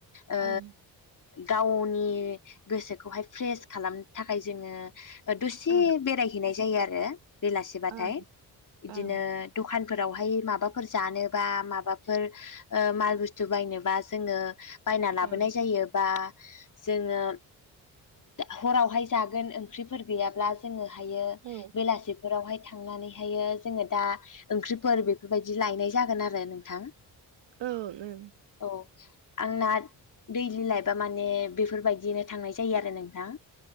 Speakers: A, on the left; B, on the right.
A: ओ
B: ओं
A: गावनि गोसोखौहाय फ्रेस खालामनो थाखाय जोङो दसे
B: ओं
A: बेरायहैनाय जायो आरो <unintelligible> बेलासेबाथाय
B: ओं
A: बिदिनो
B: ओं
A: दखान फोरावहाय माबाफोर जानो बा माबाफोर ओ माल बुस्थु बायनोबा जोङो बायना लाबोनाय
B: ओं
A: जायो बा जोङो हरावहाय जागोन ओंख्रिफोर गैयाब्ला जोङो हायो
B: औ
A: बेलासि बेफोरावहाय थांनानैहायो जोङो दा ओंख्रिफोर बेफोरबायदि लायनाय जागोन आरो नोंथां
B: ओं ओं
A: औ आंना दैलि लाइफा माने बेफोरबायदिनो थांनाय जायो आरो नोंथां